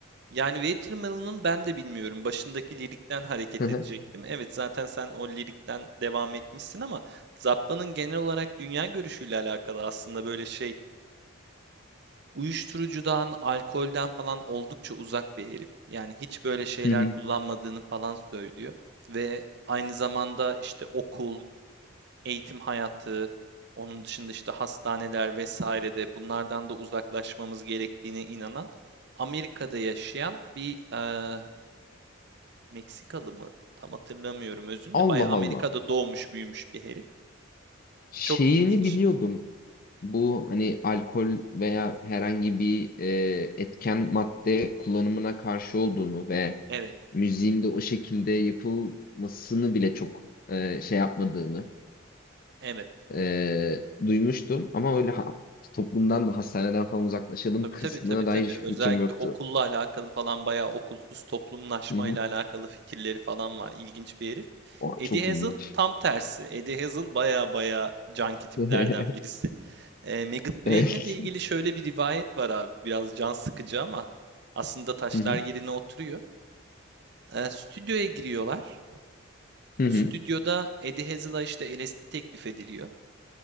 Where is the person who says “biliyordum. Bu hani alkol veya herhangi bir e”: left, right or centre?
Left